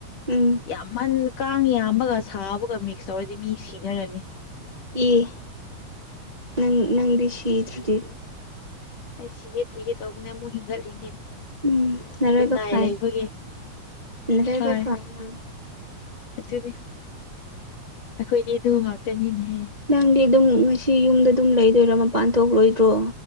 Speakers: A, on the right; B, on the left.
A: ꯎꯝ
B: ꯌꯥꯝꯃꯟ ꯀꯥꯡ ꯌꯥꯝꯕꯒ ꯁꯥꯕꯒ ꯃꯤꯛꯁ ꯇꯧꯔꯗꯤ ꯃꯤ ꯁꯤꯟꯅꯔꯅꯤ
A: ꯑꯦ ꯅꯪ ꯅꯪꯗꯤ ꯁꯤꯗ꯭ꯔꯗꯤ
B: ꯑꯩ ꯁꯤꯒꯦ ꯇꯒꯦ ꯇꯧꯕꯅꯦ ꯑꯃꯨꯛ ꯍꯦꯟꯒꯠꯂꯤꯅꯦ
A: ꯎꯝ ꯅꯔꯥꯏꯕꯛ
B: ꯒꯨꯠ ꯅꯥꯏ
A: ꯐꯩ
B: ꯂꯩꯕꯒꯤ
A: ꯅꯔꯥꯏꯕꯛ
B: ꯍꯣꯏ
A: ꯐꯩ ꯅꯪ
B: ꯑꯗꯨꯗꯤ ꯑꯩꯈꯣꯏꯗꯤ ꯑꯗꯨ ꯉꯥꯛꯇꯅꯤꯅꯦꯍꯦ
A: ꯅꯪꯗꯤ ꯑꯗꯨꯝ ꯉꯁꯤ ꯌꯨꯝꯗ ꯑꯗꯨꯝ ꯂꯩꯗꯣꯏꯔ ꯃꯄꯥꯟ ꯊꯣꯛꯂꯣꯏꯗ꯭ꯔꯣ